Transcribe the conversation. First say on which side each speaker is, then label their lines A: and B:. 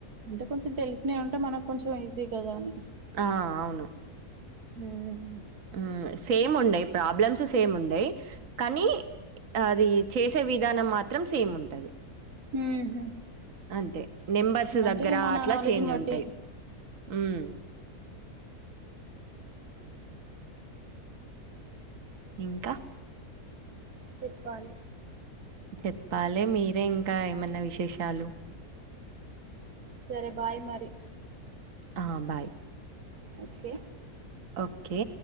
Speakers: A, on the right; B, on the right.
A: అంటే కొంచెం తెలిసినవి ఉంటే మనకు కొంచెం ఈజీ కదా అని
B: ఆ అవును
A: హ్మ్
B: ఆ సేమ్ ఉండయి్ ప్రాబ్లమ్స్ సేమ్ ఉండయి కానీ అది చేసే విధ విధానం మాత్రం సేమ్ ఉంటది
A: ఉహు
B: అంతే నెంబర్స్
A: అంటే
B: దగ్గర
A: ఇగ మన
B: అట్లా
A: నాలెడ్జ్ని
B: చేంజ్
A: బట్టి
B: ఉంటాయి ఉమ్ ఇంకా
A: చెప్పాలి
B: చెప్పాలి మీరే ఇంకా ఏమన్నా విశేషాలు
A: సరే బాయ్ మరి
B: ఆ బాయ్
A: ఓకే
B: ఓకే